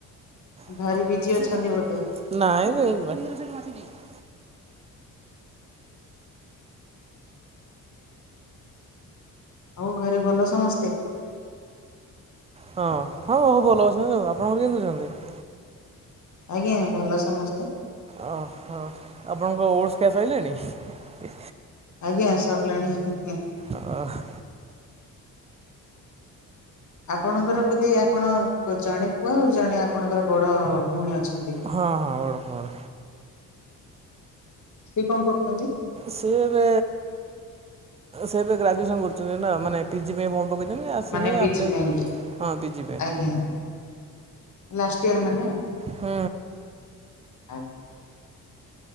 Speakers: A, on the right; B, on the left.
A: ନାଇଁ
B: ଘରେ ବିଜି ଅଛନ୍ତି ବୋଧେ
A: ନାଇଁ <unintelligible>
B: ଆଉ ଘରେ ଭଲ ସମସ୍ତେ?
A: ହଁ ହଁ ହଉ ଭଲ ଅଛନ୍ତି ଆପଣଙ୍କର କେମିତି ଅଛନ୍ତି?
B: ଆଜ୍ଞା ଭଲ ସମସ୍ତେ।
A: ଓ ହଁ ଆପଣଙ୍କ ଓଡସ୍ ସଇଲାଣି? ହ
B: ଆଜ୍ଞା ସରିଲାଣି ହିଁ।
A: ଅହଂ
B: ଆପଣଙ୍କର ବୋଧେ ଆପଣ ଜଣେ ପୁଅ ଆଉ ଜଣେ ଆପଣଙ୍କର ବଡ଼ ଭଉଣୀ ଅଛନ୍ତି
A: ହଁ ହଁ ବଡ଼
B: ସିଏ କଣ କରୁଛନ୍ତି?
A: ସିଏ ଏବେ ସେ ଏବେ ଗ୍ରାଜୁଏସନ୍ କରୁଛନ୍ତି ନା ମାନେ ପି ଜି ପାଇଁ ଫମ୍ ପକେଇ ନାଇଁ ନାଇଁ ଆସିନି
B: ମାନେ ପିଜି
A: ଆପ୍ଲାଏ
B: ପାଇଁକି
A: ହଁ ପି ଜିି ପାଇଁ
B: ଆଜ୍ଞା ଲାଷ୍ଟ ଇୟର ମାନେ
A: ହୁଁ।
B: ଆଉ